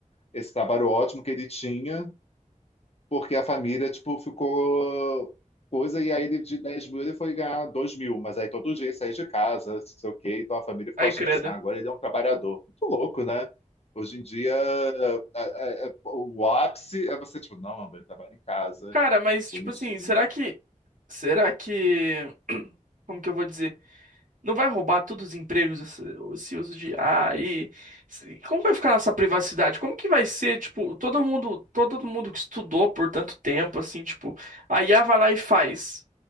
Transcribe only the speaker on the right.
Ai,
credo.
Cara, mas tipo
assim, será que será que <clears throat> como que eu vou dizer? Não vai roubar todos os empregos esse- esse uso de IA e se- como vai ficar essa privacidade? Como que vai ser, tipo, todo mundo, todo mundo que estudou por tanto tempo, assim, tipo, a IA vai lá e faz.